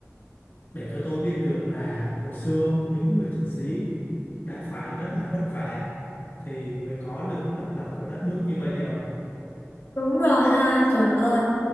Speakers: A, on the left; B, on the left.
A: để cho tôi biết được là hồi xưa những người chiến sĩ đã phải rất là vất vả thì mới có được độc lập của đất nước như bây giờ
B: đúng rồi ha trời ơi